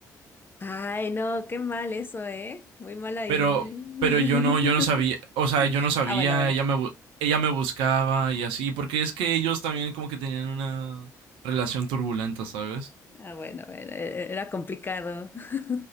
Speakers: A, on the left; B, on the right.
A: Ay, no, qué mal eso, ¿eh? Muy mal ahí.
B: Pero,
A: <laughs>
B: pero yo no, yo no sabía, o sea, yo no sabía,
A: Ah, bueno, bueno.
B: ella me, bu- ella me buscaba y así, porque es que ellos también como que tenían una relación turbulenta, ¿sabes?
A: Ah, bueno, bueno, e- era complicado. <laughs>